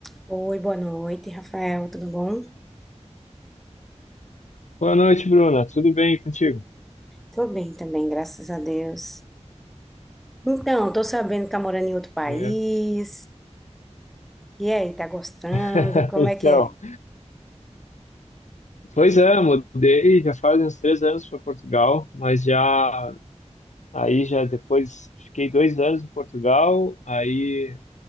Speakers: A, in the centre; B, on the left.
A: Oi, boa noite, Rafael, tudo bom?
B: Boa noite, Bruna. Tudo bem contigo?
A: Tô bem também, graças a Deus. Então, tô sabendo que tá morando em outro país.
B: É.
A: E aí, tá gostando?
B: <laughs>
A: Como
B: Então,
A: é que é?
B: pois é, mudei já faz uns três anos para Portugal, mas já aí já depois fiquei dois anos em Portugal, aí